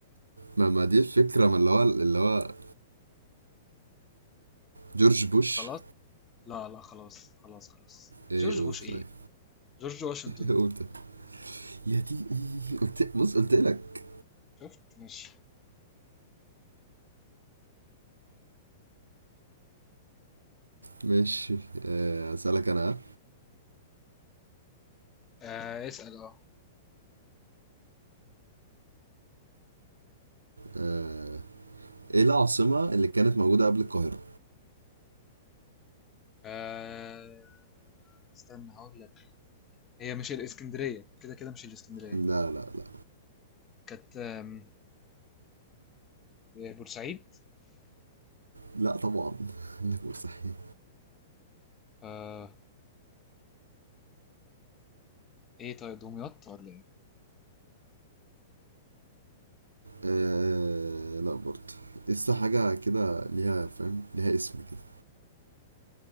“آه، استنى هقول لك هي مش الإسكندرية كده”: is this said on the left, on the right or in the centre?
Left